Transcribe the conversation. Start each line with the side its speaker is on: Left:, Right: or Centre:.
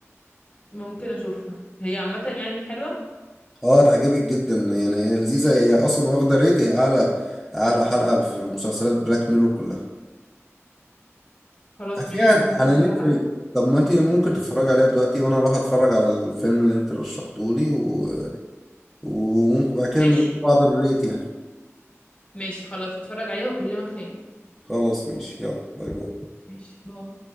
Left: ممكن اشوفها هي عامة يعني حلوة
Centre: اه تعجبك جدا يعني هي لذيذة هي اصلا واخدة ريت هي اعلى اعلى حلقة في مسلسلات بلاك ميرور كلها
Left: خلاص
Centre: هتلاقيها
Left: ماشي ممكن
Centre: على
Left: اتفرج
Centre: نتفليكس
Left: عليه
Centre: طب ما انت ممكن تتفرجي عليها دلوقتي وانا اروح اتفرج على الفيلم اللي انت رشحته لي و... وممكن بعد كده
Left: ماشي
Centre: نقول لبعض الريت يعني
Left: ماشي خلاص اتفرج عليها واكلمك تاني
Centre: خلاص ماشي يلا باي باي
Left: ماشي باي